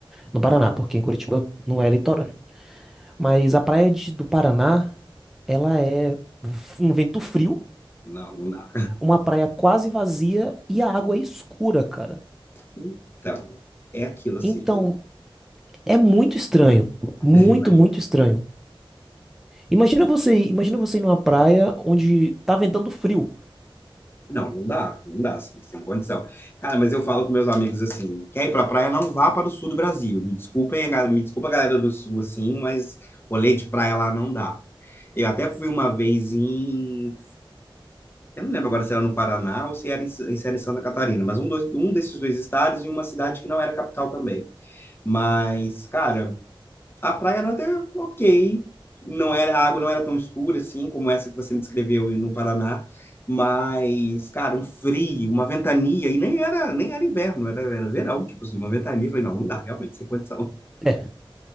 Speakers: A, in the centre; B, on the left.
A: No Paraná, porque em Curitiba não é litorâneo. Mas a praia de- do Paraná, ela é um vento frio,
B: Não, não dá.
A: uma praia quase vazia e a água é escura, cara.
B: Então, é aquilo assim,
A: Então, é muito estranho.
B: <laughs>
A: Muito,
B: imagina.
A: muito estranho. Imagina você, ir- imagina você ir numa praia onde tá ventando frio.
B: Não, não dá, não dá, assim, sem condição. Cara, mas eu falo com meus amigos assim, quer ir pra praia, não vá para o sul do Brasil. Me desculpem, gal- me desculpa a galera do sul, assim, mas rolê de praia lá não dá. Eu até fui uma vez em Eu não lembro agora se era no Paraná ou se era em, se era em Santa Catarina, mas um, dos- um desses dois estados e uma cidade que não era capital também. Mas, cara, a praia era até ok. Não era, a água não era tão escura assim como essa que você me descreveu no Paraná. Mas, cara, um frio, uma ventania, e nem era, nem era inverno, era, era verão, tipo assim, uma ventania. Eu falei, não, não dá, realmente, sem condição.
A: É,